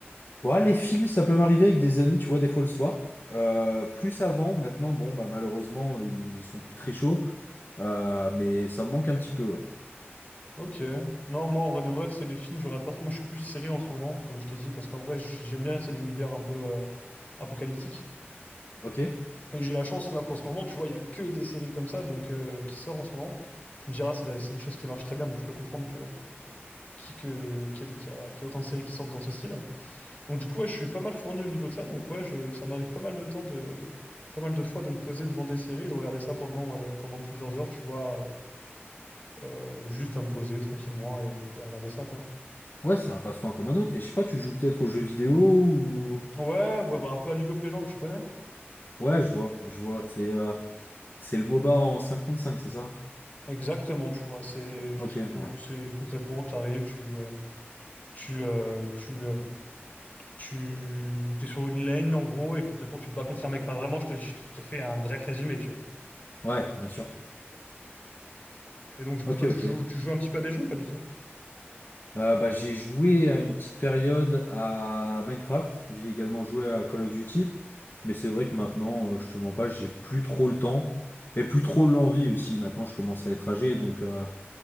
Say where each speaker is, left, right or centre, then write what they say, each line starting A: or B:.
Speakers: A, on the left; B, on the left.
A: Ouais, les films, ça peut m'arriver avec des amis, tu vois, des fois le soir. Euh, plus avant, maintenant, bon, bah malheureusement, ils sont plus très chauds. Euh, mais ça me manque un petit peu, ouais.
B: Ok. Non, moi, en vrai de vrai, c'est les films, je regarde pas trop. Moi, je suis plus série en ce moment, comme je t'ai dit, parce qu'en vrai, j- j'aime bien, c'est l'univers un peu euh, apocalyptique.
A: Ok?
B: Et j'ai la chance, là, qu'en ce moment, tu vois, il y a que des séries comme ça, donc euh, qui sortent en ce moment. Je me dirais, ah, c'est la- c'est une chose qui marche très bien, donc je peux comprendre que, qui- que, qu'il y a, des- qu'il y a, qu'il y a autant de séries qui sortent dans ce style. Donc, du coup, ouais, je suis pas mal fourni au niveau de ça, donc ouais, je, ça m'arrive pas mal de temps de. pas mal de fois de me poser devant des séries et de regarder ça pendant, euh, pendant plusieurs heures, tu vois, euh, euh, juste à me poser tranquillement et, et à regarder ça, quoi.
A: Ouais, c'est un passe-temps comme un autre. Et je sais pas, tu joues peut-être aux jeux vidéo ou...
B: Ouais, ouais, bah un peu à League of Legends, tu connais?
A: Ouais, je vois, je vois. C'est euh, c'est le MOBA en cinq contre cinq, c'est ça?
B: Exactement, tu vois. C'est,
A: Ok,
B: tu- bon,
A: ouais.
B: c'est concrètement, t'arrives, tu, euh, tu, euh, tu, euh, tu, t'es sur une lane en gros, et concrètement, tu te bats contre un mec. Enfin, vraiment, je te, je te fais un bref résumé, tu vois.
A: Ouais, bien sûr.
B: Et donc, du coup,
A: Ok,
B: toi,
A: ok.
B: tu joues, tu joues un petit peu à des jeux ou pas du tout?
A: Euh, bah, j'ai joué à une petite période à Minecraft, j'ai également joué à Call of Duty, mais c'est vrai que maintenant, euh, je te mens pas, j'ai plus trop le temps et plus trop l'envie aussi. Maintenant, je commence à être âgé, donc euh,